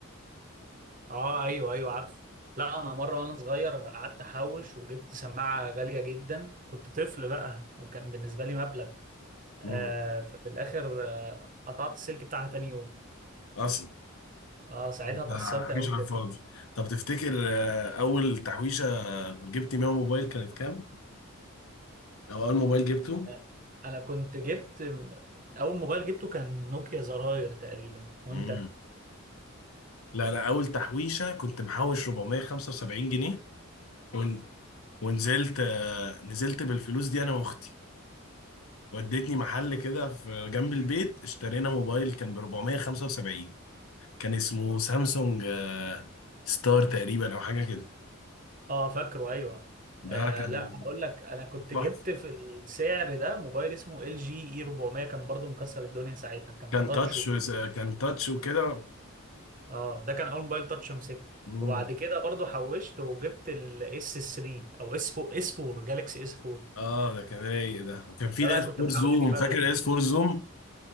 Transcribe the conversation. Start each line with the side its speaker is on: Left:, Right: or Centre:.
Right: اه ايوه ايوه عارف لا انا مره وانا صغير قعدت احوش وجبت سماعه غاليه جدا كنت طفل بقى وكان بالنسبه لي مبلغ آه
Left: مم.
Right: ففي الاخر آه قطعت السلك بتاعها تاني يوم
Left: اصلا
Right: اه ساعتها
Left: مفيش
Right: اتأثرت قوي
Left: على
Right: بجد
Left: الفاضي طب تفتكر آه، اول تحويشه جبت بيها موبايل كانت كام او اول موبايل جبته
Right: آه، انا كنت جبت م- اول موبايل جبته كان نوكيا زراير تقريبا وانت
Left: مم. لا لا اول تحويشه كنت محوش 475 جنيه ون... ونزلت آه، نزلت بالفلوس دي انا واختي ودتني محل كده في جنب البيت اشترينا موبايل كان ب 475 كان اسمه سامسونج آه، ستار تقريبا او حاجه كده
Right: اه فاكره ايوه
Left: ده
Right: آه
Left: كان
Right: لا هقول لك انا كنت
Left: تحفه
Right: جبت في السعر ده موبايل اسمه ال جي اي 400 كان برضو مكسر الدنيا ساعتها كان
Left: كان
Right: تاتش
Left: تاتش
Right: وكده
Left: كان تاتش وكده
Right: اه ده كان اول موبايل تاتش امسكه
Left: مم.
Right: وبعد كده برضو حوشت وجبت الاس 3 او اس 4 اس 4 جالكسي اس 4
Left: اه ده كان رايق ده وكان في
Right: ده
Left: ده
Right: بقى
Left: اس
Right: كنت
Left: 4
Right: محوش
Left: زوم
Right: فيه مبلغ
Left: فاكر الاس 4 زوم